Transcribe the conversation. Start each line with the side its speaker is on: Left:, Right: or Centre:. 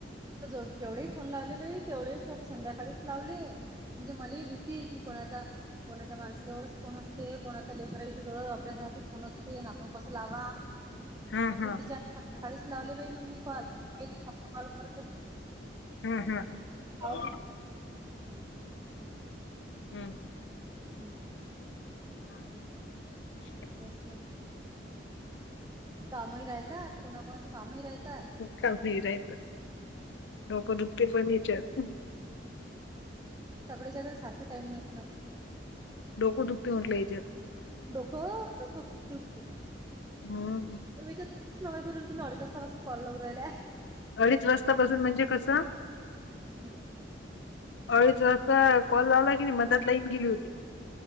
Right: मी त जव जेवढही फोन लावले बई तेवढेही फोन संध्याकाळीच लावले म्हणजे मले ही भीती की कोणाचा कोणाच्या माणसाजवळच फोन असते कोणाच्या लेखराईच्या जवळच अभ्यासासाठी फोन असते आणि आपण कसं लावा.
Left: हा,
Right: भीतीच्या
Left: हा.
Right: मूळ सकाळीच लावले बाई मग मी कॉल <unintelligible> कॉल परत.
Left: हम्म हम्म.
Right: लावत होती हम्म
Left: हम्म.
Right: हम्म.
Left: <unintelligible>
Right: तेच तर कामही राहीतात कोणा कोणाचे कामही राहीतात.
Left: <unintelligible>
Right: तेच
Left: डोकं
Right: ना
Left: दुखत पण हच्यात
Right: सगळेच्या घरी सारखं टाईम नाहीत ना.
Left: डोक दुखत म्हटलं येच्यात.
Right: डोक हो डोक खूप दुखते. <unintelligible>
Left: हम्म.
Right: अडीज वाजता पाासून कॉल लाऊ राहिलाय.
Left: अडीच वाजतापासून म्हणजे कसं?
Right: हम्म.
Left: अडीच वाजता कॉल लावला की नाही मदत लाईन गेली होती